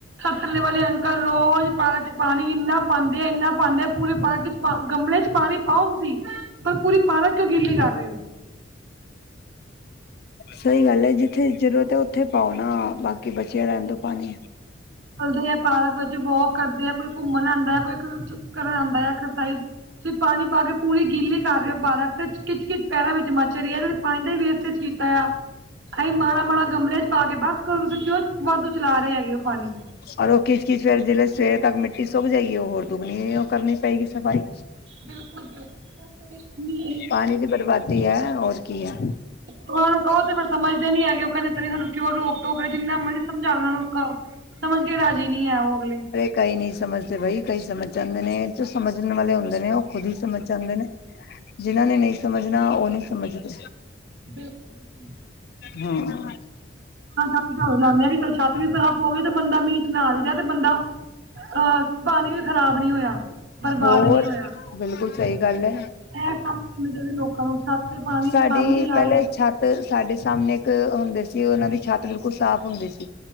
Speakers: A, on the right; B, on the left.
A: ਸਥੇ ਵਾਲੇ ਅੰਕਲ ਰੋਜ਼ ਪਾਰਕ ਚ ਪਾਣੀ ਇੰਨਾ ਪਾਉਂਦੇ ਆ, ਇੰਨਾ ਪਾਉਂਦੇ ਆ। ਪੂਰੇ ਪਾਰਕ ਚ ਗਮਲੇ ਚ ਪਾਣੀ ਪਾਓ ਤੁਸੀਂ। ਪਰ ਪੂਰੀ ਪਾਲਕਕ ਗਲੀ ਕਰ ਰਹੇ ਹੋ।
B: ਸਹੀ ਗੱਲ ਹੈ। ਜਿੱਥੇ ਜਰੂਰਤ ਹੈ। ਉੱਥੇ ਪਾਉ ਨਾ। ਬਾਕੀ ਬਚਿਆ ਰਹਿਣ ਤੋਂ ਪਾਣੀ
A: ਚੱਲਦੇ ਹੈ। ਪਾਰਕ ਵਿੱਚ ਵੋਕ ਕਰਦੇ ਹੈ। ਕੋਈ ਘੁੰਮਣ ਆਉਂਦਾ। ਕੋਈ ਆਉਂਦਾ ਹੈ ਐਕਸਰਸਾਈਜ਼। ਤੁਸੀਂ ਪਾਣੀ ਪਾ ਕੇ ਪੂਰੀ ਗਿੱਲੇ ਕਰ ਰਹੇ ਹੋ। ਪੈਰਾ ਤੇ ਖਿੱਚ ਕਿਚ ਪੈਰਾਂ ਵਿੱਚ ਮੱਛ ਰਹੀ ਐ। ਪਾਣੀ ਦਾ ਵੇਸਟਜ਼ ਕੀਤਾ ਆ। ਅਸੀਂ ਮਾੜਾ ਮਾੜਾ ਗਮਲੇ ਚ ਪਾ ਕੇ ਬਸ ਤੁਸੀਂ ਕਿਉਂ। ਵਾਧੂ ਚਲਾ ਰਹੇ ਹੈਗੇ ਉਹ ਪਾਣੀ।
B: ਔਰ ਉਹ ਕਿਚਕਚ ਫਿਰ ਜਿਹੜੀ ਸਵੇਰੇ ਤੱਕ ਮਿੱਟੀ ਸੁਗ ਜਾਏਗੀ, ਉਹ ਹੋਰ ਦੁੱਗਣੀ ਉਹ ਕਰਨੀ ਪਏਗੀ ਸਫ਼ਾਈ।
A: ਬਿਲਕੁਲ ਬਿਲਕੁਲ ਸਰ। <inaudible>
B: ਪਾਣੀ ਦੀ ਬਰਬਾਦੀ ਹੈ। ਹੋਰ ਕੀ ਹੈ।
A: ਉਹਨਾਂ ਨੂੰ ਕਹੋ ਤੇ ਫਿਰ ਸਮਝਦੇ ਨੀ ਹੈਗੇ। ਉਹ ਕਹਿੰਦੇ ਪਤਾ ਨਹੀਂ ਸਾਨੂੰ ਕਿਉਂ ਰੋਕ ਟੋਕਰਾ ਜਿੰਨਾ ਮਰਜ਼ੀ ਸਮਝਾਣਾ ਉ‌ਹ‌ਨਾ ਨੂੰ ਸਮਝ ਕੇ ਰਾਜੀ ਨਹੀ ਹੈ ਉਹ ਅਗਲੇ
B: ਕਈ ਨਹੀਂ ਸਮਝਦੇ ਬਾਈ, ਕਈ ਸਮਝ ਜਾਂਦੇ ਨੇ। ਜੋ ਸਮਝਣ ਵਾਲੇ ਹੁੰਦੇ ਨੇ ਉਹ ਖੁਦ ਹੀ ਸਮਝ ਆਦੇ ਨੇ। ਜਿਨਾਂ ਨੇ ਨਹੀਂ ਸਮਝਣਾ ਉਹ ਨਹੀਂ ਸਮਝਦੇ।
A: ਬਿਲਕੁਲ
B: ਹਾਂ
A: ਹਾਂ ਛਤਾ ਲਾਉਦੇ ਹਾ ਕਿ ਛੱਤ ਵੀ ਖਰਾ ਹੋ ਗਈ ਤੇ ਬੰਦਾ ਮੀਂਚ ਨਾ ਆ ਗਿਆ ਤੇ ਬੰਦਾ ਅਹ ਪਾਣੀ ਵੀ ਖ਼ਰਾਬ ਨੀ ਹੋਇਆ, ਬਰਬਾਦ
B: ਹੋਰ
A: ਨੀ ਹੋਇਆ।
B: ਬਿਲਕੁਲ ਸਹੀ ਗੱਲ ਹੈ।
A: ਇਹ ਕੰਮ ਕਰਨੇ ਚਾ‌‌ਹੀਦੇ ਲੋਕਾਂ ਨੂੰ ਛੱਤ ਤੇ ਪਾਣੀ
B: ਸਾਡੀ
A: ‌ਕੰਮ ਹੀ
B: ਪਹਿਲੇ
A: ਆਏ।
B: ਛੱਤ ਸਾਡੇ ਸਾਹਮਣੇ ਇੱਕ ਹੁੰਦੇ ਸੀ। ਉਹਨਾਂ ਦੀ ਛੱਤ ਬਿਲਕੁਲ ਸਾਫ਼ ਹੁੰਦੀ ਸੀ।